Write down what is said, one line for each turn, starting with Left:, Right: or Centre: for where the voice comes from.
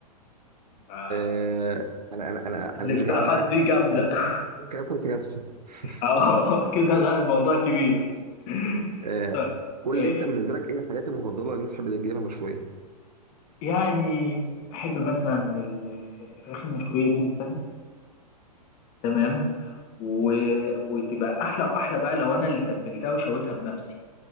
Left: آه،
Right: آه انا انا انا
Left: الاقتراحات
Right: انا مش جعان بقى
Left: دي جامده
Right: انا
Left: <laughs>
Right: ممكن اكل في نفسي <laughs>
Left: اه كده لا الموضوع كبير <laughs>
Right: آه
Left: طيب
Right: قول
Left: آه،
Right: لي انت بالنسبه لك ايه الحاجات المفضله اللي انت تحب تجيبها مشويه
Left: يعني احب مثلا ال- الفراخ المشويه جدا تمام و... وتبقى احلى واحلى بقى لو انا اللي تبلتها وشويتها بنفسي